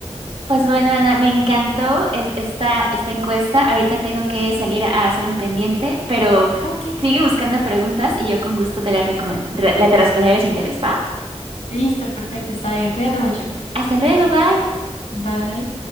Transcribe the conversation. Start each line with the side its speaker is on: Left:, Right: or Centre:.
Right: Pues bueno, Ana, me encantó es- esta, esta encuesta. Ahorita tengo que salir a hacer un pendiente, pero
Left: Ok.
Right: sigue buscando preguntas y yo con gusto te las recome- re- la te responderé la siguiente vez, ¿va?
Left: Listo, perfecto, está bien. Cuídate mucho.
Right: Hasta luego, bye.
Left: Bye.